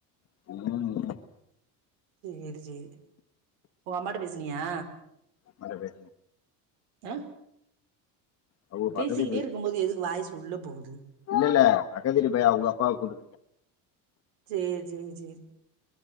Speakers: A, on the left; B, on the right.
A: ம்
B: சேரி சேரி ஊ அம்மாட பேசுனியா
A: வரவே
B: அ
A: அவங்க
B: பேசிக்கிட்டே
A: பக்கத்து
B: இருக்கும்போது எதுக்கு வாய்சு உள்ள போகுது
A: இல்லல்ல பக்கத்து வீட்டு பைய அவுங்க அப்பாவ கூட்
B: சேர் சேரி சேரி